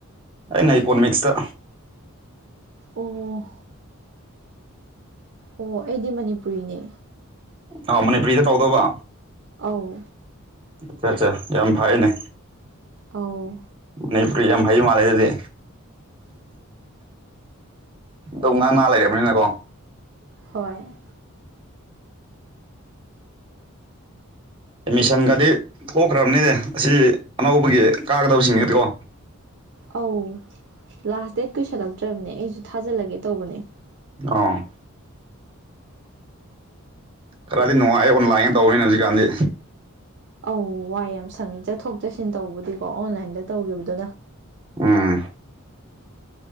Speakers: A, on the right; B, on the right.
A: ꯑꯩꯅ ꯏꯀꯣꯅꯣꯃꯤꯛꯁꯇ
B: ꯑꯣ ꯑꯣ ꯑꯩꯗꯤ ꯃꯅꯤꯄꯨꯔꯤꯅꯦ
A: ꯑ ꯃꯅꯤꯄꯨꯔꯤꯗ ꯇꯧꯗꯧꯕ
B: ꯑꯧ
A: ꯑꯆꯥ ꯑꯆꯥ ꯌꯥꯝ ꯐꯥꯏꯅꯦ
B: ꯑꯥꯎ
A: ꯅ ꯄꯔꯤ ꯌꯥꯝꯥꯏ ꯃꯥꯂꯦ ꯑꯗꯨꯗꯤ ꯑꯣ ꯉꯥꯡ ꯉ ꯂꯩꯔꯕꯅꯤꯅꯀꯣ
B: ꯍꯣꯏ
A: ꯑꯦꯠꯃꯤꯁꯟꯒꯗꯤ ꯊꯣꯛꯈ꯭ꯔꯝꯅꯤꯅꯦ ꯑꯁꯤ ꯑꯅꯧꯕꯒꯤ ꯀꯥꯒꯗꯕꯁꯤꯡ ꯅꯦꯗꯨꯔꯣ
B: ꯑꯧ ꯂꯥꯁ ꯗꯦꯠ ꯀꯨꯁꯜꯂꯛꯇ꯭ꯔꯕꯅꯦ ꯑꯩꯁꯨ ꯊꯥꯖꯤꯜꯂꯒꯦ ꯇꯧꯕꯅꯦ
A: ꯑꯣ ꯈꯔꯗꯤ ꯅꯨꯡꯉꯥꯏ ꯑꯣꯟ ꯂꯥꯏꯅ ꯇꯧꯕꯅꯤꯅ ꯍꯧꯖꯤꯛꯀꯥꯟꯗꯤ
B: ꯑꯣ ꯋꯥꯏ ꯌꯥꯝ ꯁꯪꯉꯦ ꯆꯠꯊꯣꯛ ꯆꯠꯁꯤꯟ ꯇꯧꯕꯗꯤꯀꯣ ꯑꯣꯟꯂꯥꯏꯟꯗ ꯇꯧꯈꯤꯕꯗꯨꯅ
A: ꯎꯝ